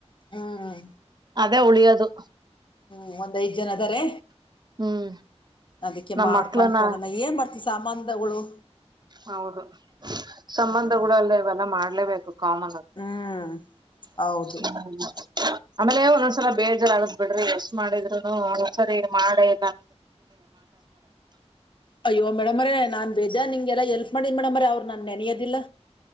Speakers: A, on the left (about 45°); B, on the right (about 40°).
A: ಹ್ಮ್
B: ಅದೇ ಉಳಿಯದು.
A: ಹ್ಮ್ ಒಂದ್ ಐದ್ ಜನ ಅದಾರೆ
B: ಹ್ಮ್
A: ಅದಕ್ಕೆ
B: ನಮ್
A: ಮಾಡ್ಕ
B: ಮಕ್ಳನ
A: ಕೊಡೋಣ ಏನ್ ಮಾಡ್ತಿವಿ ಸಾಂಬಂಧಗಳು.
B: ಹೌದು ಸಂಬಂಧಗಳು
A: ಹ್ಮ್
B: ಅಲ್ಲ ಇವೆಲ್ಲ ಮಾಡ್ಲೇಬೇಕು ಕಾಮನ್ ಅದು
A: ಹ್ಮ್ ಹೌದು
B: ಹ್ಮ ಆಮೇಲೆ ಒಂದೊಂದ್ಸಲ ಬೇಜಲ್ ಆಗದ್ ಬಿಡ್ರಿ ಎಷ್ಟ್ ಮಾಡಿದ್ರುನು ಒಂದೊಂದ್ಸರಿ ಮಾಡೇಂ.
A: ಅಯ್ಯೋ ಮೇಡಮ್ರ ನಾನ್ ಬೇದ್ಯಾ ನಿ ಎಲ್ಲ ಎಲ್ಪ್ ಮಾಡನ್ ಮೇಡಮ್ರ ಅವ್ರು ನಾನನ್ ನೆನೆಯದಿಲ್ಲ.